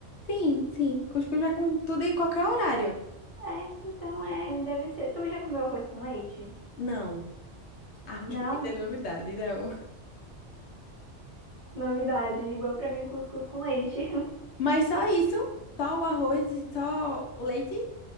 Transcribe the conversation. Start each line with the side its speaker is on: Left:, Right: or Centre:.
Left: Sim, sim. Cuscuz vai com tudo e qualquer horário.
Right: É, então é, deve ser. Tu já comeu arroz com leite?
Left: Não, arroz
Right: Não?
Left: com leite é novidade, não.
Right: Novidade, igual pra mim, cuscuz com leite. <laughs>
Left: Mas só isso, só o arroz e só o leite,